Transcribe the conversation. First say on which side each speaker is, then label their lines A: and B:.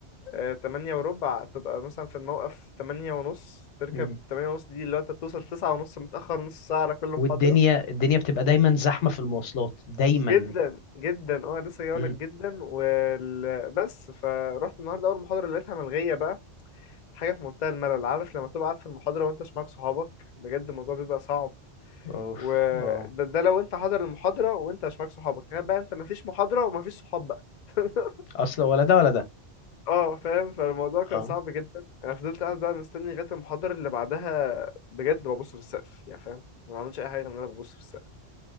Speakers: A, on the left (about 55°); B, on the left (about 85°).
A: آه، تمانية وربع تبقى مثلا في الموقف تمانية ونص تركب
B: امم
A: تمانية ونص دي اللي هو انت بتوصل تسعة ونص متأخر نص ساعة على كل
B: والدنيا
A: محاضرة
B: الدنيا بتبقى دايما زحمه في المواصلات دايما
A: جدا جدا اه لسه جايلك
B: امم
A: جدا وال... بس فروحت النهارده اول محاضرة لقيتها ملغية بقى حاجة في منتهى الملل عارف لما تبقى قاعد في المحاضرة وانت مش معاك صحابك بجد الموضوع بيبقى صعب
B: اوف
A: وده
B: اه
A: ده لو انت حاضر المحاضرة وانت مش معاك صحابك تخيل بقى انت مفيش محاضرة ومفيش صحاب بقى <laughs>
B: اصلا ولا ده ولا ده
A: اه فاهم فالموضوع كان
B: اه
A: صعب جدا انا فضلت قاعد بقى مستني لغاية المحاضرة اللي بعدها بجد ببص في السقف يعني فاهم ما بعملش اي حاجة غير ان انا ببص في السقف